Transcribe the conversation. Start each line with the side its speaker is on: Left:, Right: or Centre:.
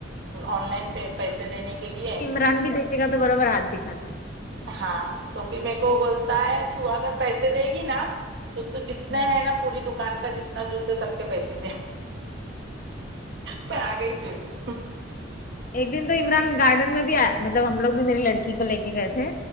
Right: آن لائن پہ پیسے دینے کے لیے
Left: رن بھی دیکھے گا تو برابر ہاتھ دکھاتا
Right: ہاں تو پھر میکو بولتا ہے تو اگر پیسے دے گی نا تو تو جتنا
Left: ہاں
Right: ہے نا پوری دکان کا جتنا جوس ہے سب کے پیسے دے پہ آگئی پھر
Left: ایک دن تو عمران گارڈن میں بھی آیا مطلب ہم لوگ بھی میری لڑکی کو لے کے گئے تھے